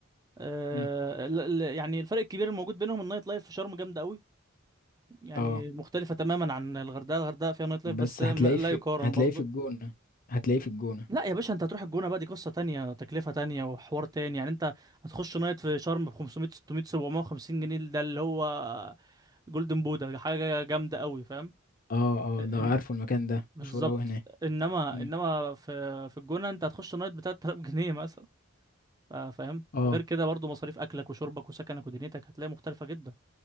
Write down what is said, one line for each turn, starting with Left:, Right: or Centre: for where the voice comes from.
Right: أه
Left: مم.
Right: ال- ال- يعني الفرق الكبير الموجود بينهم النايت لايف في شرم جامده قوي يعني
Left: اه
Right: مختلفه تماما عن الغردقه الغردقه فيها نايت
Left: بس
Right: لايف بس م-
Left: هتلاقيه
Right: لا
Left: في
Right: يقارن
Left: هتلاقيه
Right: برضه
Left: في الجونة هتلاقيه في الجونة
Right: لا يا باشا انت هتروح الجونة بقى دي قصة تانية تكلفة تانية وحوار تاني يعني انت هتخش نايت في شرم ب 500 600 750 جنيه ده اللي هو جولدن بودا حاجة جامدة قوي فاهم
Left: اه
Right: ان-
Left: اه ده عارفه المكان ده
Right: بالظبط
Left: مشهور اوي هناك
Right: انما
Left: مم.
Right: انما في في الجونة انت هتخش نايت ب 3000 جنيه مثلا فا- فاهم
Left: اه
Right: غير كده برضو مصاريف اكلك وشربك وسكنك ودنيتك هتلاقي مختلفة جدا